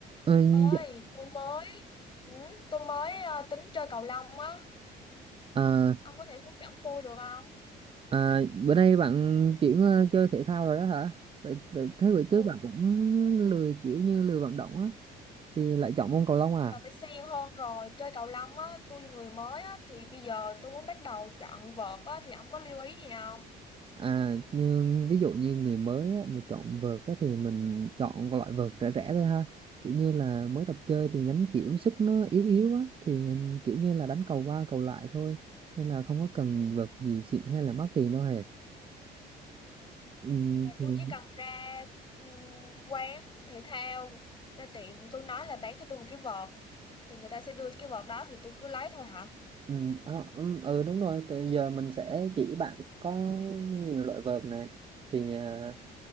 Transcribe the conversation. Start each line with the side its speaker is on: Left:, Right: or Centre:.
Right: Ờ,
Left: ơi
Right: dạ.
Left: tôi mới ừ, tôi mới ờ, tính chơi cầu lông á
Right: à,
Left: ông có thể hướng dẫn tôi được không
Right: à, bữa nay bạn chuyển ờ, chơi thể thao rồi đó hả? Vậy, vậy thế bữa trước
Left: ừ
Right: bạn cũng lười kiểu như lười vận động á thì lại chọn môn cầu lông
Left: bây
Right: à?
Left: giờ phải siêng hơn rồi chơi cầu lông á tôi người mới á thì bây giờ tôi muốn bắt đầu chọn vợt á thì ông có lưu ý gì không
Right: À nhưng ví dụ như người mới á, mà chọn vợt á, thì mình chọn cái loại vợt rẻ rẻ thôi ha. Kiểu như là mới tập chơi thì đánh kiểu sức nó yếu yếu á thì kiểu như là đánh cầu qua cầu lại thôi nên là không có cần vợt gì xịn hay là mắc tiền đâu hề. Ừ,
Left: là
Right: thì...
Left: tôi chỉ cần ra ừm, quán thể thao ra tiệm tôi nói là bán cho tôi một cái vợt thì người ta sẽ đưa cái vợt đó thì tôi cứ lấy thôi hả
Right: Ừ, ờ, ừ, ừ, đúng rồi từ giờ mình sẽ chỉ bạn có nhiều loại vợt này thì à,